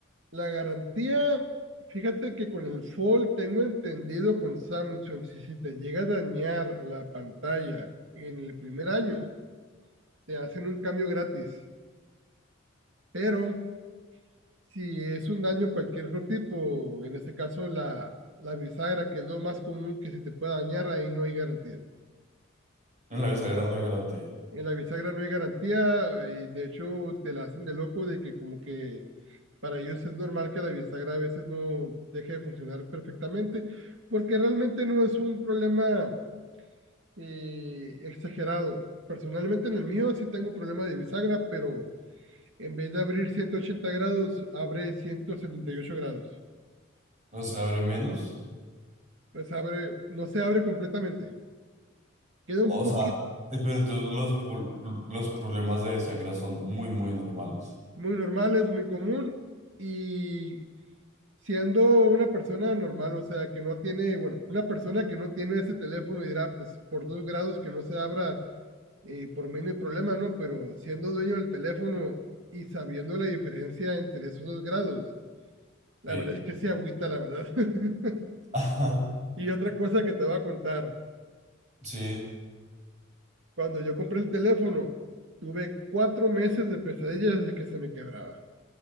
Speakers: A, on the right (about 60°); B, on the right (about 35°).
A: La garantía, fíjate que con el Fold tengo entendido con Samsung, si, si te llega a dañar la pantalla en el primer año, te hacen un cambio gratis. Pero si es un daño cualquier otro tipo, en este caso la, la bisagra, que es lo más común que se te pueda dañar, ahí no hay garantía.
B: En la bisagra no hay garantía.
A: En la bisagra no hay garantía, y de hecho te la hacen de loco de que como que Para ellos es normal que la bisagra a veces no deje de funcionar perfectamente, porque realmente no es un problema eh, exagerado. Personalmente en el mío sí tengo problema de bisagra, pero en vez de abrir 180 grados, abre 178 grados.
B: O sea, abre menos.
A: Pues abre, no se abre completamente. Queda
B: O
A: un poquito
B: sea, eh, pero entonces los, pul- pul- los problemas de bisagra son muy, muy normales.
A: muy normal, es muy común y siendo una persona normal, o sea, que no tiene, bueno, una persona que no tiene ese teléfono dirá, pues por dos grados que no se abra y por mí no hay problema, ¿no? Pero siendo dueño del teléfono y sabiendo la diferencia entre esos dos grados, la
B: Sí.
A: verdad es que se agüita, la verdad. <laughs>
B: <laughs> Ajá.
A: Y otra cosa que te voy a contar,
B: Sí,
A: cuando yo compré el teléfono, tuve cuatro meses de pesadillas de que se me quebraba.